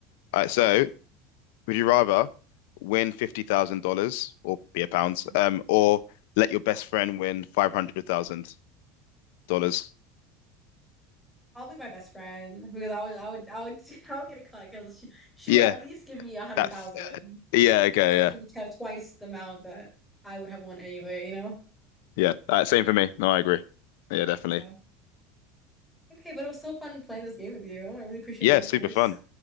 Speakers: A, on the left; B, in the centre.
A: All right. So would you rather win fifty thousand dollars or be a pounds,
B: Mhm.
A: um, or let your best friend win five hundred thousand dollars?
B: Probably my best friend because I would I would I would <laughs> I would get a cut because she, she
A: Yeah.
B: would at least give Yeah. me a hundred
A: That's
B: thousand.
A: yeah. Okay.
B: So
A: yeah.
B: it would be t twice the amount that I would have won anyway, you know?
A: Yeah, uh, same for me. No, I agree. Yeah, definitely.
B: Yeah. Okay, but it was so fun playing this game with you. I really appreciate
A: Yeah,
B: your answers.
A: super fun.